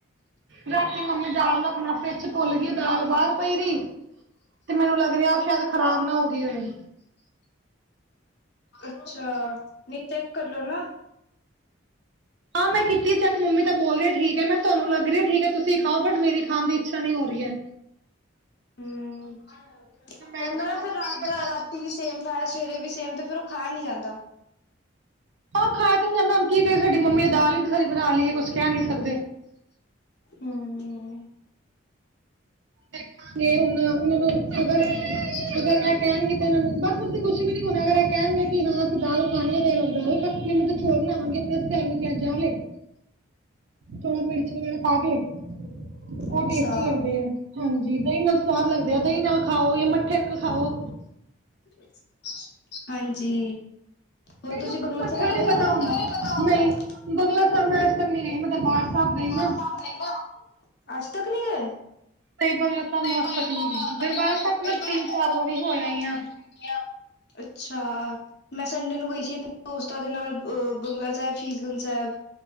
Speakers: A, on the right; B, on the left.
A: ਰਾਤੀ ਮੰਮੀ ਦਾਲ ਰੱਖਣਾ ਫਰਿਜ ਚ ਭੁੱਲ ਗਈ ਦਾਲ ਬਾਹਰ ਪਈ ਰਹੀ। ਤੇ ਮੈਨੂੰ ਲੱਗ ਰਿਆ, ਉਹ ਸ਼ਾਇਦ ਖ਼ਰਾਬ ਨਾ ਹੋ ਗਈ ਹੋਏ।
B: ਅੱਛਾ ਨੀ ਚੈੱਕ ਕਰਲੋ ਨਾ।
A: ਹਾ ਮੈਂ ਕੀਤੀ ਚੈਕ ਮੰਮੀ ਬੋਲ ਰਿਹੀ ਠੀਕ ਹੈ ਮੈਂ ਤੁਹਾਨੂੰ ਲੱਗਹੀਹਾ ਠੀਕ ਹੈ। ਤੁਸੀਂ ਖਾਓ ਬਟ ਮੇਰੀ ਖਾਣ ਦੀ ਇੱਛਾ ਨਹੀਂੀ ਹੋ ਰਹੀ ਹੈ।
B: ਹਮ
A: ਮੈਂ
B: ਉਹਨਾ
A: ਤਾਂ
B: ਦਾ
A: ਖਾਵਾਂਗੀ
B: ਫੇਰ ਰਾਤ
A: ਨੀ ਮਤਲਬ
B: ਦਾ ਰਾਤ ਟੀ ਵੀ ਸੇਮ ਖਾਇਆ ਸਵੇਰੇ ਵੀ ਸੇਮ ਤੇ ਫੇਰ ਉਹ ਖਾਆ ਨੀ ਜਾਂਦਾ।
A: ਆਹ ਖਾਇਆ ਤਾਂ ਨੀ ਜਾਂਦਾ। ਹੁਣ ਕੀ ਕਰੀਏ ਸਾਡੀ ਮੰਮੀ ਨੇ ਦਾਲ ਹੀ ਸਾਰੀ ਬਣਾ ਲਈਏ, ਕੁਛ ਕਹਿ ਨੀ ਸਕਦੇ।
B: ਹੂੰ-ਹੂੰ
A: ਦੇਖਾਂਗੇ ਹੁਣ ਇਹਨਾਂ ਨੂੰ ਅਗਰ
B: <unintelligible>
A: ਅਗਰ ਇਹ ਕਹਿਣਗੇ ਤਾਂ ਇਹਨਾਂ ਨੂੰ ਬਸੱ ਉਥੇ ਕੁਛ ਵੀ ਨੀ ਹੁਣਾ ਅਗਰ ਇਹ ਕਹਿਣਗੇ ਕਿ ਹਾਂ ਅਸੀ ਦਾਲ ਖਾਣੀ ਆ ਤੇ ਦਾਲ ਮਤਲਬ ਚੋਲ ਬਣਾਵਾਂਗੇ ਆਪਣੇ ਆਸਤੇਆਲੂ ਪਿਆਜ਼ਾਂ ਵਾਲੇ। ਥੋੜਾ ਮਿਰਚ ਵਗੈਰਾ ਪਾ ਕੇ। ਉਹ
B: ਅੱਛਾ
A: ਟੇਸਟੀ ਲੱਗਦੇ ਆ ਹਾਂਜੀ ਦਹੀ ਨਾਲ ਸਵਾਦ ਲੱਗਦੇ ਆ ਦਹੀਂ ਨਾਲ ਖਾਓ ਜਾਂ ਮੱਠੇ ਨਾਲ ਖਾਓ।
B: ਅ <unintelligible> ਹਾਂਜੀ ਹੋਰ
A: ਕਈ
B: ਤੁਸੀਂ
A: ਲੋਕਾਂ
B: ਬੰਗਲਾ
A: ਨੂੰ ਮੱਠਾ
B: ਸਾਹਿਬ ਗਏ
A: ਨੀ ਪਤਾ
B: ਹੋ?
A: ਹੁੰਦਾ ਨਹੀਂ ਬੰਗਲਾ ਸਾਹਿਬ ਮੈਂ ਅਜ ਤੱਕ ਨੀ ਗਈ ਮੈਂ ਦਰਬਾਰ ਸਾਹਿਬ ਗਈ
B: <unintelligible>
A: ਆ।
B: ਅੱਜ ਤੱਕ ਨਹੀਂ ਗਏ।
A: ਨਹੀਂ ਬੰਗਲਾ ਸਾਹਿਬ
B: <unintelligible>
A: ਮੈਂ ਅੱਜ ਤੱਕ ਨਹੀਂ ਗਈ ਦਰਬਾਰ ਸਾਹਿਬ ਤਾਂ ਮੈਂ ਤਿੰਨ ਚਾਰ ਵਾਰੀ ਹੋ ਆਈ ਆ
B: ਅੱਛਾ। ਮੈਂ ਸੰਡੇ ਨੂੰ ਗਈ ਸੀ ਆਪਣੇ ਦੋਸਤਾਂ ਦੇ ਨਾਲ ਅ ਬੰਗਲਾ ਸੈਬ, ਸੀਸ ਗੰਜ ਸੈਬ।